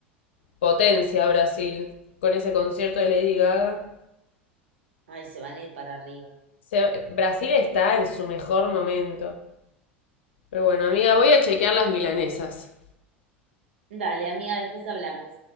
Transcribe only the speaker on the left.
potencia Brasil con ese concierto de Lady Gaga.
Se- Brasil está en su mejor momento. Pero bueno, amiga, voy a chequear las milanesas.